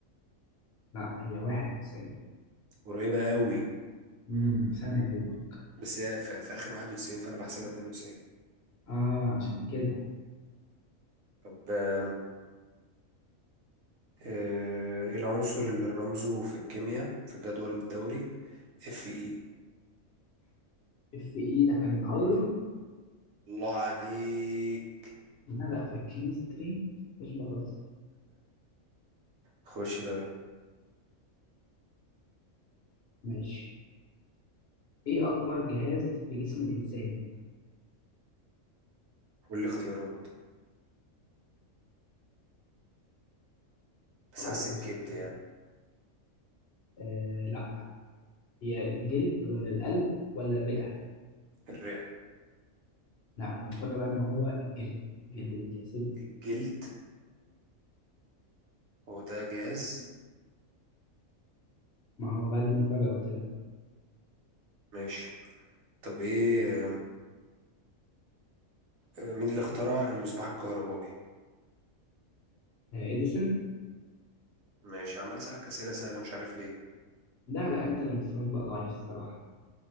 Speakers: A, on the left; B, on the right.
A: لا هي 91
B: قريبة قوي
A: امم سنة يا دوب
B: بس هي في, في آخر 91 فأنا بحسبها 92
A: اه عشان كده
B: طب آم، آه، إيه العنصر اللي رمزه في الكيمياء في الجدول الدوري اف اي
A: اف اي ده كان ايرون
B: الله عليك
A: لا لا في الكيمستري مش بهزر
B: خش طيب
A: ماشي ايه اكبر جهاز في جسم الانسان
B: قول لي اختيارات بس
A: اقول
B: حاسس
A: لك
B: الكبد
A: اختيارات.
B: يعني
A: آه لا هي الجلد ولا القلب ولا الرئة
B: الرئة
A: لا المفاجأة بقى ان هو الجلد الجلد بيتحسب
B: الجلد هو ده جهاز
A: ما هو بقى دي المفاجأة قلت لك
B: ماشي طب ايه آم، آه، مين اللي اخترع المصباح الكهربائي
A: آه اديسون
B: ماشي عمال أسألك أسئلة سهلة مش عارف ليه
A: لا لا انت اللي مستواك بقى ضعيف الصراحة